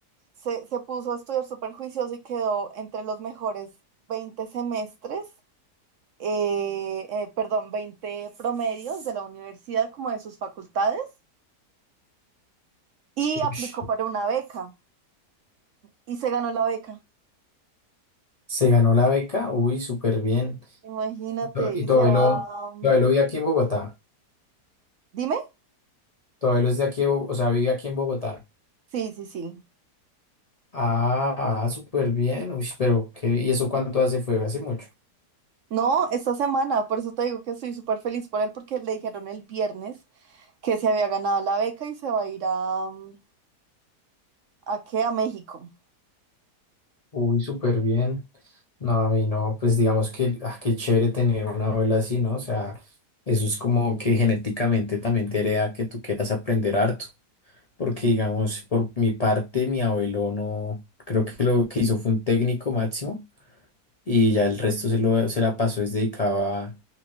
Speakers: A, on the right; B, on the left.
A: se, se puso a estudiar súper juicioso y quedó entre los mejores 20 semestres, eh, eh, perdón, 20 promedios de la universidad, como de sus facultades, y aplicó
B: Ush,
A: para una beca y se ganó la beca.
B: ¿Se ganó la beca? Uy, súper bien.
A: Imagínate,
B: ¿Y tu, y
A: y
B: tu
A: se
B: abuelo,
A: va. um,
B: tu abuelo vive aquí en Bogotá?
A: Dime.
B: ¿Tu abuelo es de aquí, de o sea, vive aquí en Bogotá?
A: Sí, sí, sí.
B: Ah, ah, súper bien. Uy, pero qué, ¿y eso cuánto hace? ¿Fue hace mucho?
A: No, esta semana, por eso te digo que estoy súper feliz por él, porque le dijeron el viernes que se había ganado la beca y se va a ir a, mm, ¿a qué? A México.
B: Uy, súper bien. No, a mí no, pues digamos que, ah, qué chévere tener una abuela así, ¿no? O sea, eso es como que genéticamente también te hereda que tú quieras aprender harto, porque digamos, por mi parte, mi abuelo no, creo que lo que hizo fue un técnico máximo y ya el resto se lo, se la pasó, es dedicado a,